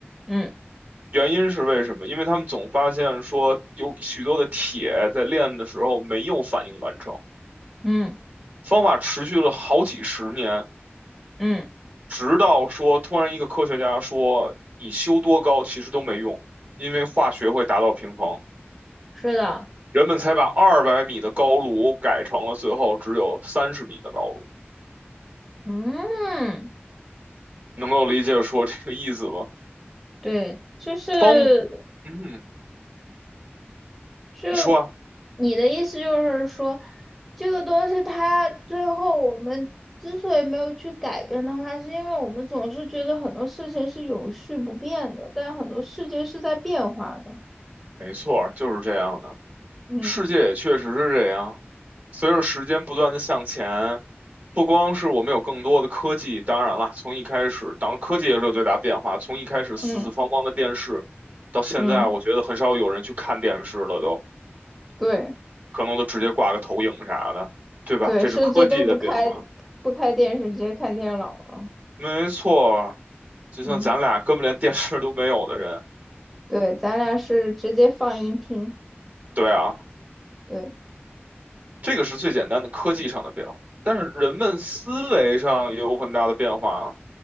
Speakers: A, in the centre; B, on the right.
A: 嗯
B: 原因是为什么？因为他们总发现说有许多的铁在炼的时候没有反应完成。
A: 嗯
B: 方法持续了好几十年，
A: 嗯，
B: 直到说突然一个科学家说你修多高其实都没用，因为化学会达到平衡，
A: 是的，
B: 人们才把二百米的高炉改成了最后只有三十米的高炉。
A: 嗯。
B: 能够理解说这个意思吗？
A: 对，就是
B: 方，嗯，
A: 就
B: 你说啊，
A: 你的意思就是说，这个东西它最后我们之所以没有去改变的话，是因为我们总是觉得很多事情是永续不变的，但很多世界是在变化的。
B: 没错儿，就是这样的。
A: 嗯
B: 世界也确实是这样，随着时间不断的向前，不光是我们有更多的科技，当然了，从一开始，当然科技也是有最大变化，从一开始四四方方的电视，
A: 嗯
B: 到现在，
A: 嗯，
B: 我觉得很少有人去看电视了都，
A: 对
B: 可能都直接挂个投影啥的，对吧？
A: 对，
B: 这是科技的变化，
A: 甚至都不开不开电视，直接看电脑了。
B: 没错儿，就像咱俩根本连电视都没有的人，
A: 嗯，对，咱俩是直接放音听。
B: 对啊。
A: 对，
B: 这个是最简单的科技上的变化，但是人们思维上也有很大的变化啊，